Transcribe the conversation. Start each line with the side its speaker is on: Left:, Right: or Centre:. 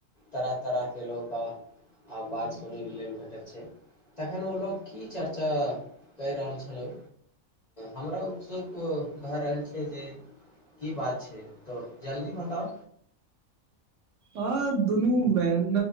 Left: तरह तरहके लोक आब बात सुनै लेल भेटैत छै तखन ओ लोक की चर्चा क रहल छलै हमरा उत्सुक भए रहल जे की बात छै तऽ जल्दी बताउ
Right: हँ दुनू मेन